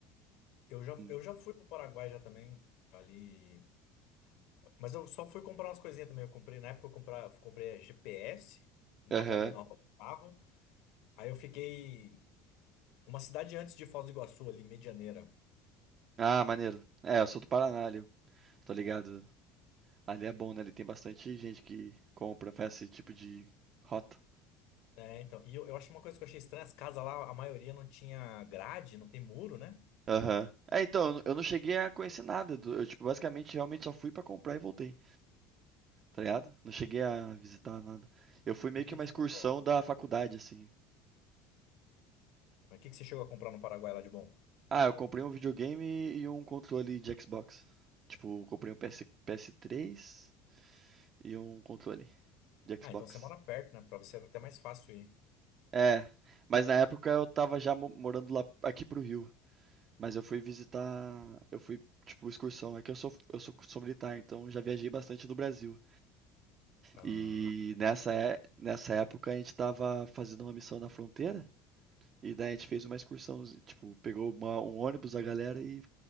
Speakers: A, on the left (about 60°); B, on the right (about 30°).
A: Eu já,
B: Hum.
A: eu já fui pro Paraguai já também, ali. Mas eu só fui comprar umas coisinhas também. Eu comprei, na época eu comprar, comprei GPS, uma
B: Aham.
A: roda nova pro carro. Aí eu fiquei uma cidade antes de Foz do Iguaçu, ali, Medianeira.
B: Ah, maneiro. É, eu sou do Paraná, ali, eu tô ligado. Ali é bom, né? Ali tem bastante gente que compra, faz esse tipo de rota.
A: É, então. E eu, eu acho uma coisa que eu achei estranha, as casas lá, a maioria não tinha grade, não tem muro, né?
B: Aham. É, então, eu não- eu não cheguei a conhecer nada. do- Eu, tipo, basicamente, realmente só fui pra comprar e voltei, tá ligado? Não cheguei a visitar nada. Eu fui meio
A: E o
B: que
A: que
B: uma
A: que
B: excursão
A: você comprou?
B: da faculdade, assim.
A: Mas o que que você chegou a comprar no Paraguai lá de bom?
B: Ah, eu comprei um videogame e um controle de Xbox. Tipo, eu comprei um PS, PS3 e um controle de
A: Ah,
B: Xbox.
A: então você mora perto, né? Pra você é até mais fácil ir.
B: É, mas na época eu tava já mo- morando lá aqui pro Rio. Mas eu fui visitar, eu fui, tipo, excursão. É que eu sou, eu sou, sou militar, então já viajei bastante do Brasil.
A: Ah,
B: E nessa, é- nessa época a gente tava fazendo uma missão na fronteira. E daí a gente fez uma excursão, tipo, pegou uma- um ônibus da galera e